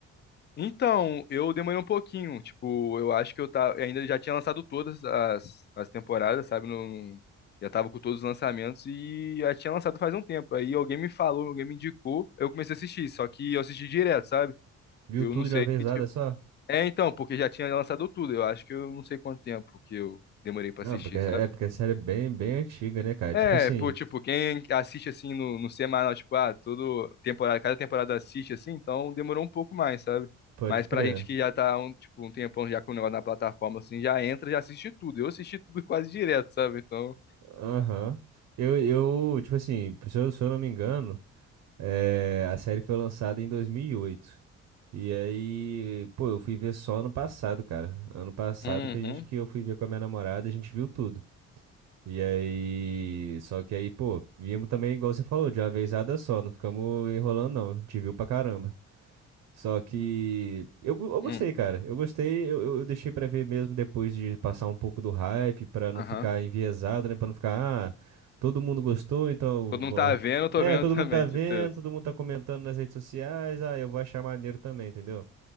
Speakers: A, on the left; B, on the right.
A: Então, eu demorei um pouquinho. Tipo, eu acho que eu tava. Ainda já tinha lançado todas as, as temporadas, sabe? No, já tava com todos os lançamentos e já tinha lançado faz um tempo. Aí alguém me falou, alguém me indicou, eu comecei a assistir. Só que eu assisti direto, sabe?
B: Viu
A: Eu
B: tudo
A: não sei.
B: de uma vezada só?
A: É, então, porque já tinha lançado tudo. Eu acho que eu não sei quanto tempo que eu demorei pra
B: Não,
A: assistir,
B: porque é
A: sabe?
B: é, porque a série é bem, bem antiga, né, cara?
A: É,
B: Tipo assim,
A: pô, tipo, quem assiste assim no, no semanal, tipo, ah, todo temporada, cada temporada assiste assim, então demorou um pouco mais, sabe?
B: pode
A: Mas
B: crer.
A: pra gente que já tá um, tipo, um tempão já com o negócio na plataforma, assim, já entra, já assiste tudo. Eu assisti tudo <laughs> quase direto, sabe? Então.
B: Aham. Eu, eu, tipo assim, se eu, se eu não me engano, é, a série foi lançada em dois mil e oito E aí, pô, eu fui ver só ano passado, cara. Ano passado
A: Uhum.
B: que a gente que eu fui ver com a minha namorada, a gente viu tudo. E aí, só que aí, pô, viemos também, igual você falou, de uma vezada só, não ficamos enrolando, não. A gente viu pra caramba. Só que eu, go- eu gostei,
A: Uhum.
B: cara. Eu gostei, eu, eu eu deixei pra ver mesmo depois de passar um pouco do hype, pra não
A: Aham.
B: ficar enviesado, né? Pra não ficar, ah, todo mundo gostou, então.
A: Todo
B: eu
A: mundo
B: Vou...
A: tá vendo, eu tô
B: É,
A: vendo
B: todo
A: também,
B: mundo tá vendo,
A: tipo isso.
B: todo mundo tá comentando nas redes sociais, ah, eu vou achar maneiro também, entendeu?